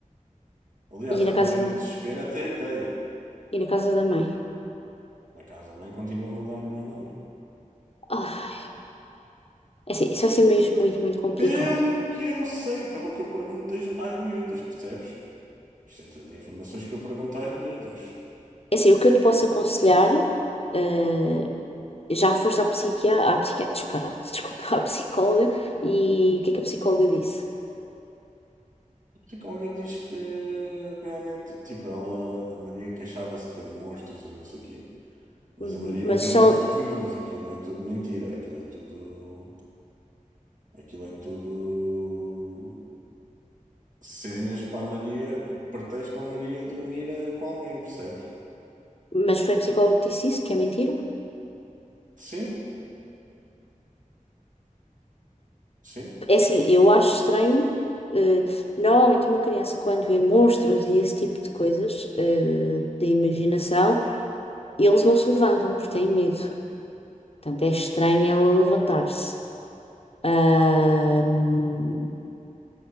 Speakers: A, on the right (about 70°); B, on the left (about 45°).
A: Aliás,
B: e na
A: eu
B: casa,
A: ontem no desespero até lhe dei.
B: e na casa da mãe.
A: Na casa da mãe continua a dar-lhe melamil.
B: Ah, é assim, isso vai ser mesmo muito, muito complicado.
A: Pelo que eu sei, pelo que eu pergunto às às miúdas, percebes? Isto é tudo informações que eu pergunto às miúdas.
B: É assim, o que eu te posso aconselhar, eh, já foste à psiquiatra, à psiquiatra, disparado, <laughs> desculpa, à psicóloga, e o que é que a psicóloga disse?
A: A psicóloga diz que realmente, tipo, ela, a Maria queixava-se de ver monstros e não sei o quê. Mas
B: Uhum,
A: a Maria
B: Mas,
A: não vê
B: só,
A: monstros nenhuns, aquilo é tudo mentira, aquilo é tudo. Aquilo é tudo cenas para a Maria, pretexto para a Maria dormir eh, com alguém, percebes?
B: mas foi a psicóloga que disse isso, que é mentira?
A: Sim, sim.
B: É assim, eu acho estranho. eh, normalmente, uma criança, quando vê monstros e esse tipo de coisas, eh, da imaginação, eles não se levantam porque têm medo. Portanto, é estranho ela levantar-se. Ahm,